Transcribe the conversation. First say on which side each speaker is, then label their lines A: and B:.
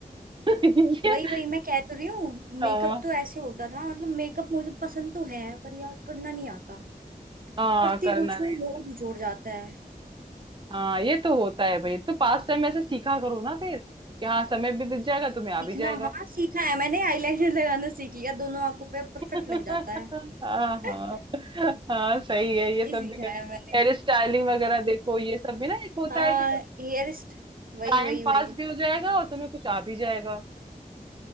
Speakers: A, on the right; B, on the right.
A: <laughs> ये
B: वही वही मैं कह तो रही हूँ
A: ऐसा
B: मेकअप तो ऐसे होता था मतलब मेकअप मुझे पसंद तो है पर यार करना नहीं आता
A: हाँ
B: करती
A: करना
B: कुछ
A: नहीं
B: हूँ वो कुछ और जाता है
A: हाँ ये तो होता है भाई तो पास टाइम ऐसे सीखा करो ना फिर कि हाँ समय भी बीत जाएगा तुम्हें आ
B: सीखना
A: भी जाएगा
B: हाँ सीखा है मैंने आईलाइनर लगाना सीख लिया दोनों आंखों पे
A: <laughs>
B: परफेक्ट लग जाता है
A: हाँ हाँ
B: <laughs>
A: हाँ सही है ये
B: ये
A: सब
B: सीखा
A: भी कर
B: है मैंने
A: हेयर स्टाइलिंग वगैरह देखो ये सब भी ना एक होता
B: हाँ
A: है कि सब
B: हेयरिस्ट वही
A: टाइम
B: वही वही
A: पास भी हो जाएगा और तुम्हें कुछ आ भी जाएगा